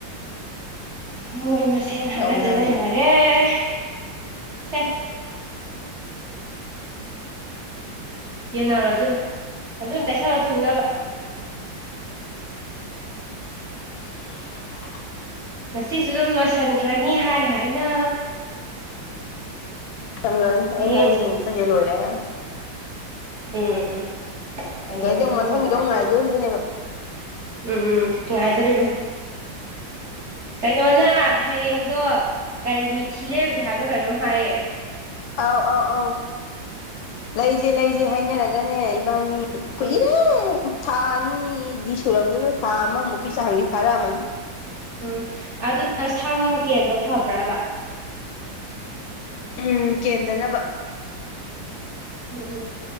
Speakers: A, on the right (about 40°); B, on the left (about 80°).
A: ꯃꯣꯏ ꯃꯁꯦꯟ ꯍꯥꯒꯠꯖ
B: ꯂꯧꯅꯕꯅꯤ
A: ꯂꯩꯅꯔꯦ ꯑꯦ ꯁꯦ ꯌꯦꯟꯅꯔꯣ ꯑꯗꯨꯅ ꯑꯗꯨꯅ ꯇꯩꯁꯜꯂꯣ ꯊꯨꯡꯅꯕ
B: <unintelligible>
A: ꯉꯁꯤꯁꯨ ꯑꯗꯨꯝ ꯂꯣꯏꯁꯟꯈ꯭ꯔꯅꯤ ꯍꯥꯏ ꯍꯥꯏꯅ꯫
B: <unintelligible>
A: ꯍꯌꯦꯡ
B: ꯑꯩ ꯍꯥꯏꯖꯤꯅꯤ ꯁꯟꯗꯦ ꯂꯣꯏꯔꯦ ꯍꯦ
A: ꯎꯝ ꯎꯝ ꯍꯌꯦꯡ
B: ꯗꯩꯗꯤ ꯑꯃꯨꯛ
A: ꯑꯗꯨꯝ
B: ꯃꯊꯪꯒꯤꯗꯨꯃꯨꯛ
A: ꯌꯧꯔꯛꯑꯅꯤ
B: ꯉꯥꯏꯗꯣꯔꯤꯕꯅꯦꯕ꯫
A: ꯎꯝ ꯎꯝ ꯉꯥꯏꯗꯧꯔꯤꯕ ꯀꯩꯅꯣꯅ ꯍꯌꯦꯡꯗꯣ ꯀꯔꯤ ꯃꯤꯊꯤ ꯂꯩꯔꯨꯖꯦ ꯍꯥꯏꯕ꯭ꯔꯥ ꯀꯩꯅꯣꯝ ꯍꯥꯏꯌꯦ꯫
B: ꯑꯥꯎ ꯑꯥꯎ ꯑꯧ ꯂꯩꯖꯦ ꯂꯩꯖꯦ ꯍꯥꯏꯅꯔꯒꯅꯦ ꯏꯕꯥꯅꯤ ꯀꯨꯏꯔꯦ
A: ꯎꯝ
B: ꯊꯥ ꯑꯅꯤꯗꯤ ꯁꯨꯔꯝꯒꯤꯔꯣꯢ ꯊꯥ ꯑꯃꯃꯨꯛꯀꯤ ꯆꯥꯡꯗꯤ ꯐꯥꯔꯛꯑꯃꯅꯤ꯫
A: ꯎꯝ ꯑꯗꯨꯅ ꯁꯝ ꯀꯦꯟꯕ ꯐꯕ꯭ꯔꯕ?
B: ꯎꯝ ꯀꯦꯟꯗꯅꯕ
A: ꯎꯝ